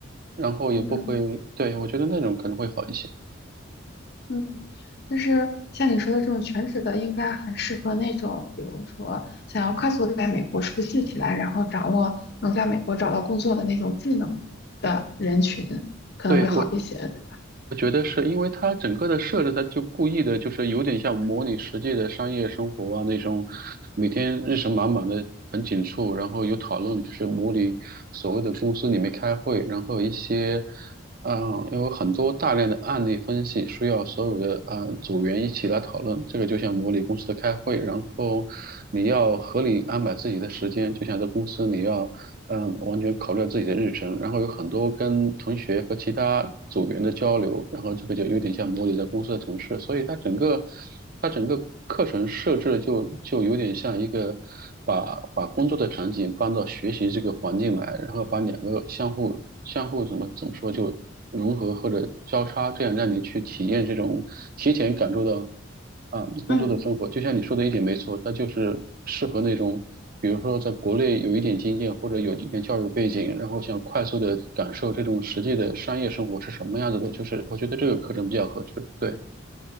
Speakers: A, on the right; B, on the left.
A: 然后也不会，
B: 嗯。
A: 对，我觉得那种可能会好一些。
B: 嗯，就是像你说的这种全职的，应该很适合那种，比如说想要快速地在美国熟悉起来，然后掌握能在美国找到工作的那种技能的人群，可能会好一些，
A: 对，我。
B: 对吧？
A: 我觉得是因为它整个的设置，它就故意的，就是有点像模拟实际的商业生活啊那种，每天日程满满的，很紧促，然后有讨论，就是模拟所谓的公司里面开会，然后一些，嗯、因为有很多大量的案例分析需要所有的呃组员一起来讨论，这个就像模拟公司的开会，然后你要合理安排自己的时间，就像在公司你要。嗯，完全考虑了自己的日程，然后有很多跟同学和其他组员的交流，然后这个就有点像模拟在公司的同事，所以它整个它整个课程设置的就就有点像一个把把工作的场景搬到学习这个环境来，然后把两个相互相互怎么怎么说就融合或者交叉，这样让你去体验这种提前感受到。啊，工作的生活，
B: 嗯。
A: 就像你说的一点没错，它就是适合那种，比如说在国内有一点经验或者有一点教育背景，然后想快速的感受这种实际的商业生活是什么样子的，就是我觉得这个课程比较合适。对。